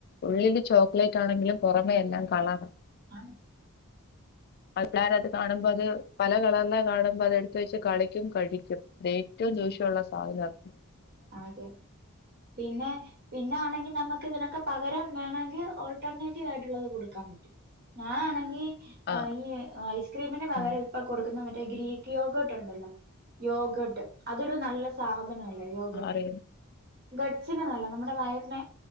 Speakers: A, on the left; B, on the right.
A: ഉള്ളില് ചോക്ലേറ്റ് ആണെങ്കിലും പുറമെ എല്ലാം കളർ
B: ആഹ്
A: പിള്ളാര അത് കാണുമ്പോ അത് പല കളറില കാണുമ്പോ അത എടുത്ത് വെച്ച് കളിക്കും കഴിക്കും അത് ഏറ്റവും ദൂഷ്യമുള്ള
B: ഉം
A: സാധനം
B: അതെ പിന്നെ പിന്നെ ആണെങ്കിൽ നമുക്ക് ഇതിനൊക്കെ പകരം വേണമെങ്കിൽ ഓൾട്ടർനേറ്റീവ് ആയിട്ടുള്ളത് കൊടുക്കാൻ പറ്റും ഞാനാണെങ്കി
A: ആഹ്
B: ഈ ഐ ക്രീമിന് വക
A: ആഹ്
B: ഇപ്പൊ കൊടുക്കുന്ന മറ്റേ ഗ്രീക്ക് യോഗോട്ട്ണ്ടല്ലോ യോഗട്ട് അതൊരു നല്ല സാധനല്ല യ
A: ഉം
B: ഗഡ്സിനെ നല്ല നമ്മുടെ വയറിനെ